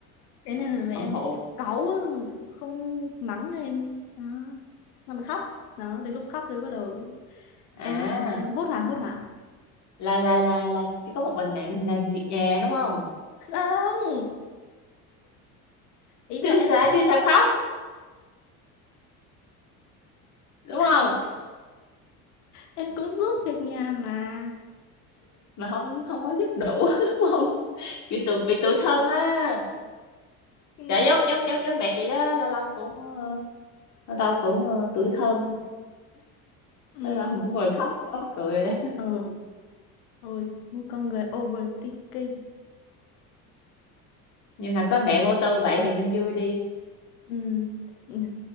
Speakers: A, on the left; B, on the left.
A: thế nên là mẹ
B: không
A: em
B: phụ
A: kiểu cáu á, mà kiểu không mắng em đó mà mình khóc đó đến lúc khóc thì bắt đầu
B: à
A: em em hốt hoảng hốt hoảng
B: là là là là chỉ có một mình mẹ làm việc nhà đúng không
A: không ý là
B: chứ
A: em
B: sao chứ sao khóc đúng không
A: ý, em cũng giúp việc nhà mà
B: mà không không có giúp đủ <laughs> đúng không bị tụt bị tủi thân á
A: ừ
B: dạ giống giống giống giống mẹ chị đó lâu lâu cũng ờ, lâu lâu cũng ờ, tủi thân
A: ừ
B: lâu lâu cũng ngồi khóc mắc cười
A: ừ ôi một con người overthinking
B: <laughs> nhưng mà có mẹ vô tư vậy thì nên vui đi
A: ừ <laughs> ừ.